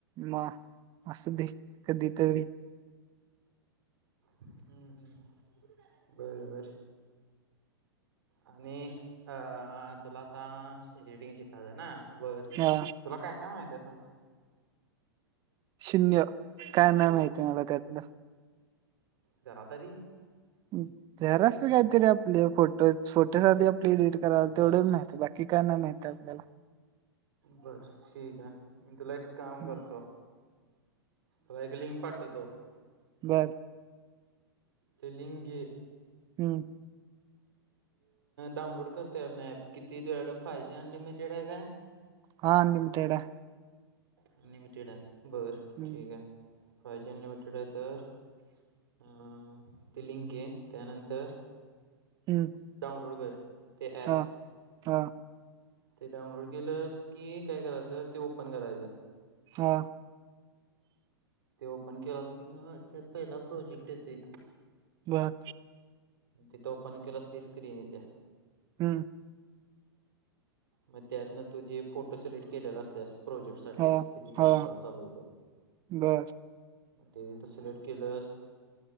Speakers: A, on the right; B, on the right.
A: म अस दे कधी तरी
B: हम्म हम् बरोबर आणि अ तुला आता एडिटिंग शिकायचं आहे ना बर
A: हा
B: तुला काय काय माहिित आहे सां
A: शून्य काय ना माती मला त्यातलं
B: जराातारी
A: हम्म जरास काहीतरी आपले फोटो फोटो आधी आपले एडिट करावला तेवढंच माहत बाकी काय नाही माहत आपल्याला
B: बस ठीक आहे मी तुला एक काम
A: हम्म,
B: करतो तला एक लिंक पाठतो तो
A: बरं
B: तेलंगे
A: हम्म.
B: डाउनलोड करतेन, ॲप किती तूड फाय जी अनलिमिटेड ह का.
A: हा अनलिमिेड आहे.
B: अनलिमिटेड आहे बर
A: हम्म,
B: ठीक आहे. पाहिजे अनलिमिटेड आहे तर अ तिलिंगे त्यानंतर.
A: हम्
B: डाऊनलोड कर. ते ॲप
A: हा हा
B: ते डाउनलोड केलंस, की काय करायचं ते ओपन करायचं.
A: हा
B: ते ओपन केलास की मग त्यात, पहिला प्रोजेक्ट येतंय.
A: बरं
B: तिथं ओपन केलंस की स्क्रीन यथे.
A: हम्म.
B: मग त्यातन तू जे फोटो, सिलेक्ट केलेला असतेस प्रोजेक्ट. साठी
A: हा
B: तिथ
A: हा
B: म सल चालू होत.
A: बर
B: मग ते ती तर सिलेक्ट, केलंस